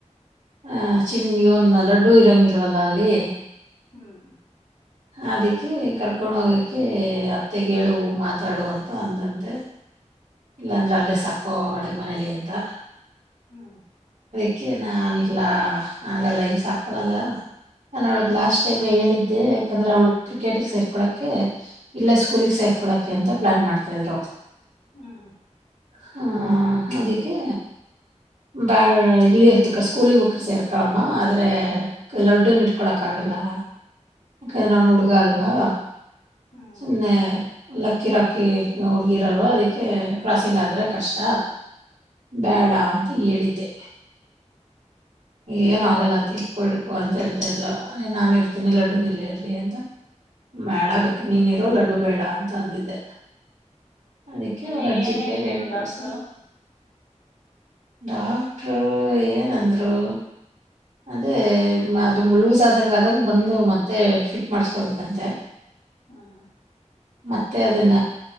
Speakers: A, on the right; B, on the left.
A: ಆ ಚಿಣ ನ್ ಲಡ್ಡು ಇರಂಗಿಲ್ವಲ್ಲ ಅಲ್ಲಿ
B: ಹ್ಮ್
A: ಅದಕ್ಕೆ ಕರ್ಕೊಂಡ ಹೋಗಕ್ಕೆೆ ಅತ್ತೆಗೇಳುವ ಮಾತಾಡುವಂತ ಅಂದಂತೆ ಇಲ್ಲಾಂದ್ರೆ ಅಲ್ಲೇ ಸಾಕು ಹಳೆ ಮನೇಲಿ ಅಂತ
B: ಹ್ಮ್
A: ಅದಕ್ಕೆ ನಾನ್ ಇಲ್ಲಾ ಹಾಗಲ್ಲ ಇಲ್ ಸಾಕೊಳಲ್ಲ ನಾನ್ ಅವಳಗ್ ಲಾಸ್ಟ್ ಟೈಮ್ ಹೇಳಿದ್ದೆ ಯಾಕಂದ್ರೆ ಅವಳು ಕ್ರಿಕೆಟಗ್ ಸೇರ್ಕೊಳೆ ಇಲ್ಲ ಸ್ಕೂಲಗ್ ಸೇರ್ಕೊ ಕೊಳಕೆ ಅಂತ ಪ್ಲಾನ್ ಮಾಡ್ತಾ ಇದ್ರು
B: ಹ್ಮ್
A: ಹಾ ಅದಕ್ಕೆ ಬಾಳ್ ಇಲ್ಲಿಬೇಕ್ರ ಸ್ಕೂಲಗ್ ಸೇರ್ಕಳಮ್ಮ ಆದ್ರೆ ಲಡ್ಡುನ ಇಟ್ಕೊಳಕ್ ಆಗ ಲ್ಲಕ ನಾನ್ ಹುಡ್ಗ ಅಲ್ವಾ
B: ಹ್ಞೂ
A: ಸುಮ್ನೆ ಲಕ್ಕಿ ರಾಕ್ಕಿ ಹುಡ್ಗಿರಲ್ವ ಅದಕ್ಕೆ ಕ್ರಾಸಿಂಗ್ ಆದ್ರೆ ಕಷ್ಟ ಬೇಡ ಅಂತ ಹೇಳಿದ್ದೆ. ಏನ ಆಗಲ್ಲತ್ ಇಟ್ಕು ಇಡ್ಕು ಅಂತ ಹೇಳ್ತಾ ಇಲ್ಲ ನಾನ ಇರ್ತೀನಿ ಲಡ್ಡುನು ಇಲ್ಲೇ ಇರ್ಲಿ ಅಂತ ಬ್ಯಾಡ ಬೇಕ ನೀನ್ ಇರೋ ಲಡ್ಡು ಬೇಡ ಅಂತ ಅಂದಿದ್ದೆ ಅದಕ್ಕೆ
B: ಇನ್ನು
A: ಅವ್ರ ಅಜ್ಜಿಕೈ
B: ಏನು ಹೇಳಿದ್ರು
A: ಲ್ಲಿ ಹೇಳ್ ಕಳ್ಸ
B: ಡಾಕ್ಟ್ರು
A: ಡಾಕ್ಟರು ಏನಂದ್ರು ಅದೇ ಅದು ಲೂಸ್ ಆದಂಗ ಆದಂಗ್ ಬಂದು ಮತ್ತೆ ಫಿಟ್ ಮಾಡಸ್ಕೊಬೇಕಂತೆ
B: ಹ್ಮ
A: ಮತ್ತೆ ಅದನ್ನ